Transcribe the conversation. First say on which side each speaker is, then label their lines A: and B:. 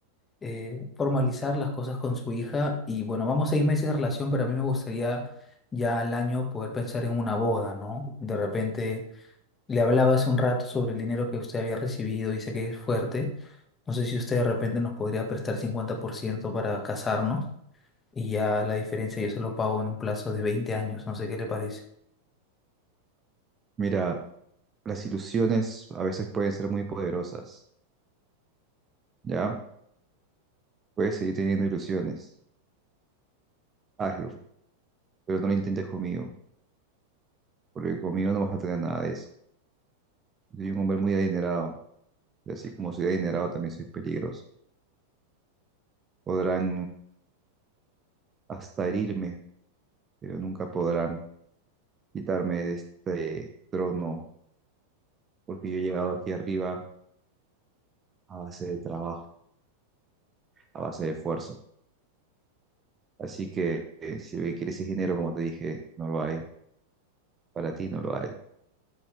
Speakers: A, on the left (about 20°); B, on the right (about 20°).
A: eh, formalizar las cosas con su hija y bueno, vamos seis meses de relación, pero a mí me gustaría ya al año poder pensar en una boda, ¿no? De repente le hablaba hace un rato sobre el dinero que usted había recibido, dice que es fuerte, no sé si usted de repente nos podría prestar 50% para casarnos y ya la diferencia yo se lo pago en un plazo de 20 años, no sé qué le parece.
B: Mira, las ilusiones a veces pueden ser muy poderosas, ¿ya? Puedes seguir teniendo ilusiones, hazlo, pero no lo intentes conmigo, porque conmigo no vas a tener nada de eso. Soy un hombre muy adinerado, y así como soy adinerado también soy peligroso. Podrán hasta herirme, pero nunca podrán quitarme de este trono, porque yo he llegado aquí arriba a base de trabajo, a base de esfuerzo. Así que eh, si lo que quieres ese dinero, como te dije, no lo hay. Para ti no lo hay.